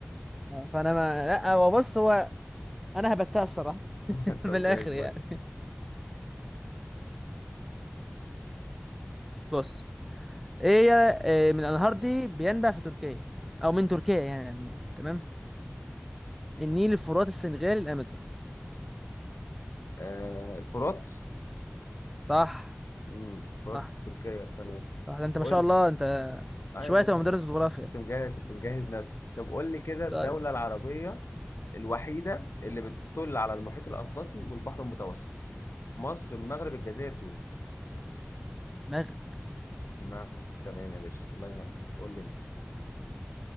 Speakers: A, in the centre; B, on the left.
A: آه، فانا ما لا هو بص هو انا هبتها الصراحه <laughs>
B: <laughs>
A: من
B: طب
A: الاخر
B: زي الفل
A: يعني بص ايه آه، من الانهار دي بينبع في تركيا او من تركيا يعني عموماً، تمام النيل الفرات السنغال الامازون
B: آه الفرات
A: صح
B: مم، الفرات
A: صح
B: في تركيا تمام
A: صح ده انت
B: قول
A: ما شاء الله انت
B: اه
A: شويه
B: يا باشا
A: تبقى مدرس جغرافيا
B: كنت مجهز كنت مجهز نفسي طب قول لي كده الدولة
A: طيب
B: العربية الوحيدة اللي بتطل على المحيط الأطلسي والبحر المتوسط مصر المغرب الجزائر تونس
A: مغرب
B: المغرب تمام يا باشا الله ينور قول لي انت.